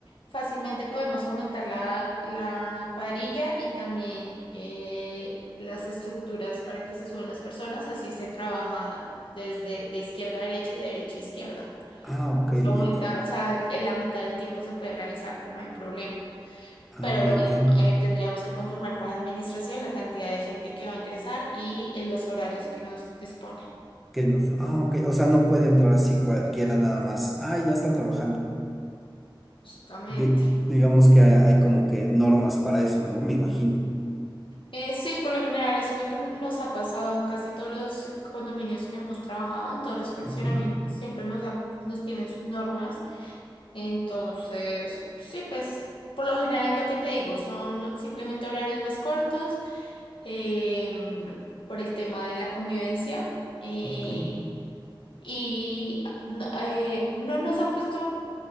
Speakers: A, on the left; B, in the centre.
A: fácilmente podemos aumentar la, la cuadrilla y también eh, las estructuras para que se suban las personas, así se trabaja desde de izquierda a derecha y de derecha a izquierda.
B: ah, ok,
A: Eso
B: eh,
A: aumenta,
B: eh,
A: o sea, en la mitad del tiempo se puede realizar, no hay problema.
B: ah,
A: Pero
B: muy
A: lo mismo,
B: bien.
A: eh, tendríamos que confirmar con la administración la cantidad de gente que va a ingresar y eh, los horarios que nos dispone,
B: Que nos, ah, ok, o sea, no puede entrar así cualquiera nada más. Ah, ya están trabajando.
A: justamente.
B: Di- digamos que hay como que normas para eso, ¿no? Me imagino.
A: Eh, sí, por lo general eso es lo que nos ha pasado en casi todos los condominios que hemos trabajado, en todos los fraccionamientos,
B: Ok,
A: siempre nos, ha- nos tienen sus normas. Entonces, sí, pues por lo general lo que te digo son simplemente horarios más cortos eh, por el tema de la convivencia eh,
B: ok,
A: y no, eh, no nos han puesto